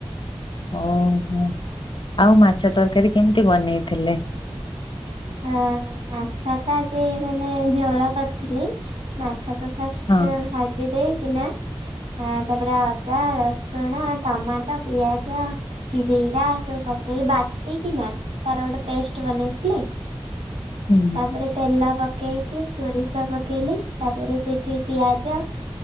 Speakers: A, on the left; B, on the right.
A: ଓହୋ ଆଉ ମାଛ ତରକାରୀ କେମିତି ବନେଇଥିଲେ?
B: ଅ ମାଛ ତ ଆଜି ମାନେ ଝୋଳ କରିଥିଲି। ମାଛ ତ୍ ଫାଷ୍ଟ
A: ହଁ
B: ଭାଜିି ଦେଇ କି ନା ଆଁ ତାପରେ ଅଦା ରସୁଣ ଟମାଟୋ ପିଆଜ ଜିରା ସବୁ ପକେଇକି ବାଟିକିନା ତାର ଗୋଟେ ପେଷ୍ଟ ବନେଇଥିଲି।
A: ହୁଁ
B: ତାପରେ ତେଲ ପକେଇକି ସୋରିଷ ପକେଇଲି ତାପରେ ସେଠି ପିଆଜ